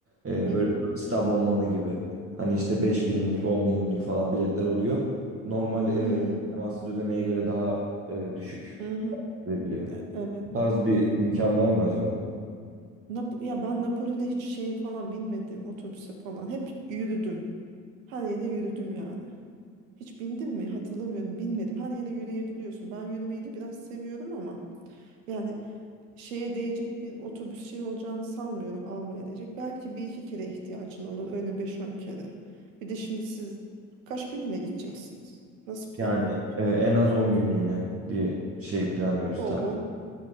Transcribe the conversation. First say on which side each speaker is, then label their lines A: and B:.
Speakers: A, on the right; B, on the right.
A: e,
B: hı
A: böyle
B: hı
A: turist abonmanı gibi. Hani işte beş binimlik 10 binimlik falan biletler oluyor. Normal e,
B: hı.
A: temassız ödemeye göre daha e, düşük
B: hı hı.
A: veriliyor.
B: E- evet.
A: O tarz bir imkan var mı acaba?
B: Nap ya ben Napoli'de hiç şey falan binmedim otobüse falan. Hep yürüdüm. Her yere yürüdüm yani. Hiç bindim mi? Hatırlamıyorum. Binmedim. Her yere yürüyebiliyorsun. Ben yürümeyi de biraz seviyorum ama yani şeye değecek bir otobüs şey olacağını sanmıyorum almaya değecek. Belki bir iki kere ihtiyacın olur. Öyle beş on kere. Bir de şimdi siz kaç günlüğüne gideceksiniz? Nasıl planlıyorsunuz?
A: Yani e, en az 10 günlüğüne bir şey planlıyoruz.
B: Bol
A: Ta.
B: bol.